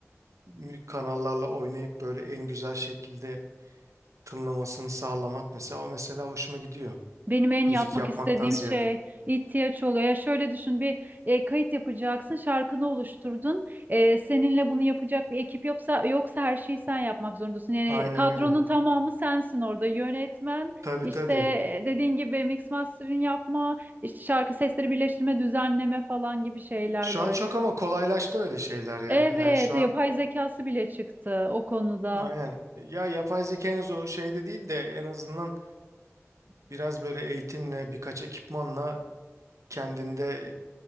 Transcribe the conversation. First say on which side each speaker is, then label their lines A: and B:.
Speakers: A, on the right; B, on the right.
A: mü- kanallarla oynayıp böyle en güzel şekilde tınlamasını sağlamak mesela o mesela hoşuma gidiyor
B: Benim en
A: müzik
B: yapmak
A: yapmaktan
B: istediğim
A: ziyade.
B: şey ihtiyaç oluyor. Ya şöyle düşün bir e, kayıt yapacaksın, şarkını oluşturdun. E, seninle bunu yapacak bir ekip yoksa yoksa her şeyi sen yapmak zorundasın. Yani
A: Aynen
B: kadronun
A: aynen.
B: tamamı sensin orada. Yönetmen,
A: Tabii
B: işte
A: tabii.
B: e, dediğin gibi mix mastering yapma, işte şarkı sesleri birleştirme, düzenleme falan gibi şeyler
A: Şu
B: böyle.
A: an çok ama kolaylaştı öyle şeyler ya.
B: Evet,
A: Yani şu
B: yapay
A: an
B: zekası bile çıktı o konuda.
A: aynen. Ya yapay zeka henüz o şeyde değil de en azından biraz böyle eğitimle birkaç ekipmanla kendinde